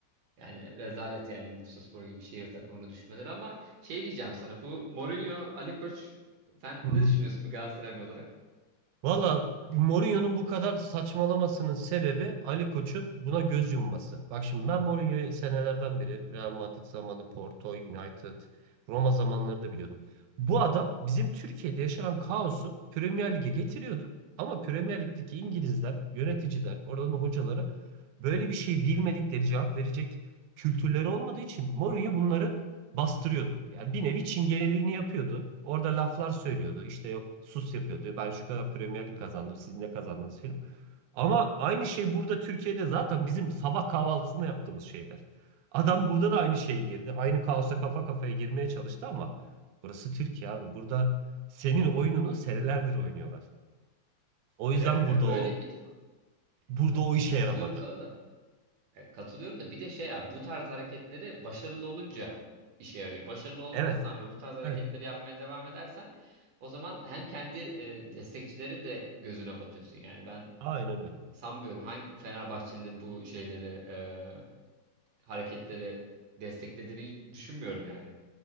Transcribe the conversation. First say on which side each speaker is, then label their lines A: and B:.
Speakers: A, on the right; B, on the right.
A: Yani rezalet yani Bursaspor gibi şehir takımını düşmeleri ama şey diyeceğim sana bu Mourinho Ali Koç sen
B: Hı
A: ne
B: hı.
A: düşünüyorsun bir Galatasaraylı olarak?
B: Valla Mourinho'nun bu kadar saçmalamasının sebebi Ali Koç'un buna göz yumması. Bak şimdi ben Mourinho'yu senelerden beri Real Madrid zamanı, Porto, United, Roma zamanları da biliyordum. Bu adam bizim Türkiye'de yaşanan kaosu Premier Lig'e getiriyordu. Ama Premier Lig'deki İngilizler, yöneticiler, oradan hocaları böyle bir şey bilmedikleri cevap verecek kültürleri olmadığı için Mourinho bunları bastırıyordu. Yani bir nevi çingeneliğini yapıyordu. Orada laflar söylüyordu. İşte yok sus yapıyordu. Ben şu kadar Premier Lig kazandım. Siz ne kazandınız filan. Ama aynı şey burada Türkiye'de zaten bizim sabah kahvaltısında yaptığımız şeyler. Adam burada da aynı şeye girdi. Aynı kaosa kafa kafaya girmeye çalıştı ama burası Türkiye abi. Burada senin oyununu senelerdir oynuyorlar. O yüzden
A: E, e,
B: burada
A: öyle
B: o
A: bir de-
B: burada
A: Ay,
B: o işe
A: katılıyorum
B: yaramadı.
A: sana da. E, Katılıyorum da bir de şey abi bu tarz hareketleri başarılı olunca işe yarıyor. Başarılı olmazsan
B: Evet,
A: ve bu tarz hareketleri
B: evet.
A: yapmaya devam edersen o zaman hem kendi e, destekçilerin de gözüne batıyorsun. Yani ben
B: Aynen öyle.
A: sanmıyorum hangi Fenerbahçelilerin bu şeyleri e, hareketleri desteklediğini düşünmüyorum yani.